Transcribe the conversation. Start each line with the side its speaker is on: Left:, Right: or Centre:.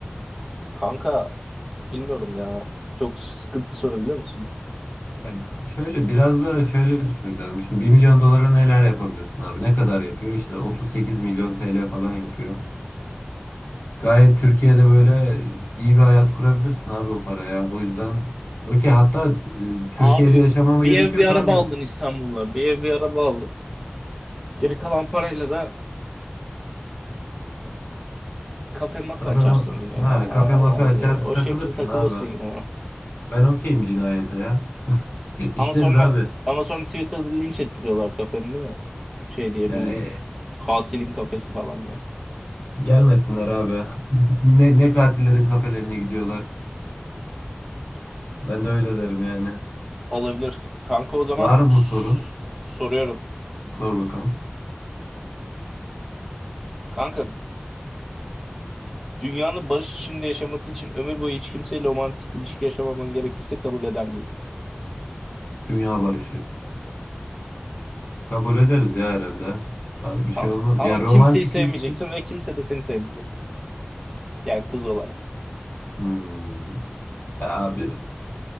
Centre: Kanka bilmiyorum ya. Çok sıkıntı sorabiliyor musun?
Left: Ya şöyle biraz da şöyle düşmek lazım. Şimdi bir milyon dolara neler yapabilirsin abi? Ne kadar yapıyor? İşte 38 milyon TL falan yapıyor. Gayet Türkiye'de böyle iyi bir hayat kurabilirsin abi o paraya. O yüzden okey hatta e, Türkiye'de
Centre: Abi
Left: yaşamama
Centre: bir
Left: gerek
Centre: ev
Left: yok
Centre: bir araba
Left: abi.
Centre: aldın İstanbul'da. Bir ev bir araba aldın. Geri kalan parayla da kafe masa
Left: Kafe
Centre: açarsın
Left: ma-
Centre: yine ya.
Left: ha
Centre: Ay,
Left: kafe mafe
Centre: ay, o,
Left: açar
Centre: o
Left: takılırsın
Centre: şekilde takılırsın
Left: abi.
Centre: yine.
Left: Ben okeyim cinayete ya. <laughs> İşleriz
Centre: Ama sonra
Left: abi.
Centre: ama sonra Twitter'da linç ettiriyorlar kafeni değil mi? Şey diye
Left: Ya
Centre: bu
Left: e,
Centre: katilin kafesi falan diye.
Left: gelmesinler abi. <laughs> Ne ne katillerin kafelerine gidiyorlar. Ben de öyle derim yani.
Centre: Olabilir. Kanka o zaman
Left: Var
Centre: s-
Left: mı sorun?
Centre: soruyorum.
Left: Sor bakalım.
Centre: Kanka dünyanın barış içinde yaşaması için ömür boyu hiç kimseyle romantik ilişki yaşamaman gerekirse kabul eder miydin?
Left: Dünya barışı. Kabul ederiz ya herhalde. Abi bir şey
Centre: A-
Left: olmaz.
Centre: ama
Left: Ya romantik
Centre: kimseyi sevmeyeceksin
Left: ilişki.
Centre: ve kimse de seni sevmeyecek. Yani kız olarak.
Left: Hmm. Ya Abi